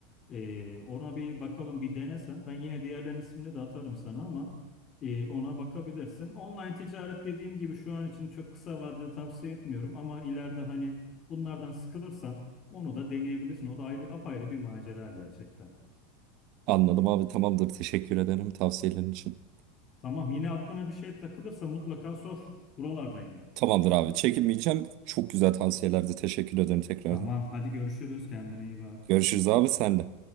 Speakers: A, on the left; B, on the right.
A: Ee, ona bir bakalım bir denesen. Ben yine diğerlerin ismini de atarım sana ama e, ona bakabilirsin. Online ticaret dediğim gibi şu an için çok kısa vadede tavsiye etmiyorum ama ileride hani bunlardan sıkılırsan onu da deneyebilirsin. O da ayrı apayrı bir macera gerçekten.
B: Anladım abi tamamdır teşekkür ederim tavsiyelerin için.
A: Tamam yine aklına bir şey takılırsa mutlaka sor. Buralardayım ben.
B: Tamamdır abi. Çekinmeyeceğim. Çok güzel tavsiyelerdi. Teşekkür ederim tekrardan.
A: Tamam hadi görüşürüz kendine iyi bak.
B: Görüşürüz abi sen de.